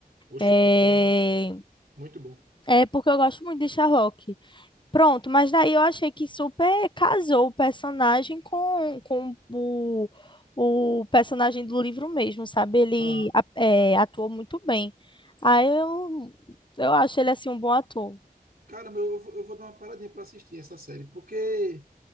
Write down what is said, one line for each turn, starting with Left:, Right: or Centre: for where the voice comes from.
Right: Oxe,
Left: É,
Right: procura, viu? muito bom.
Left: é porque eu gosto muito de Sherlock. Pronto, mas daí eu achei que super casou o personagem com, com o, o personagem do livro mesmo, sabe? Ele
Right: Ah,
Left: a- é, atuou muito bem. Aí eu, eu acho ele assim um bom ator.
Right: Caramba, eu, eu vou eu vou dar uma paradinha para assistir essa série, porque